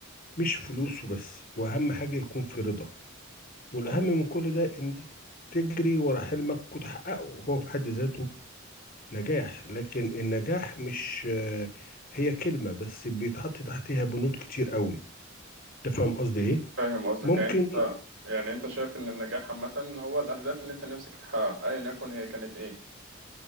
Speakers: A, on the left; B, on the right.
A: مش فلوس وبس واهم حاجه يكون في رضا والاهم
B: تمام
A: من كل ده ان تجري ورا حلمك وتحققه هو في حد ذاته نجاح لكن النجاح مش آه، هي كلمة بس بيتحط تحتها بنود كتير قوي انت فاهم قصدي ايه
B: فاهم قصدك
A: ممكن
B: يعني انت يعني انت شايف ان النجاح عامة هو الاهداف اللي انت نفسك تحققها ايا يكن هي كانت ايه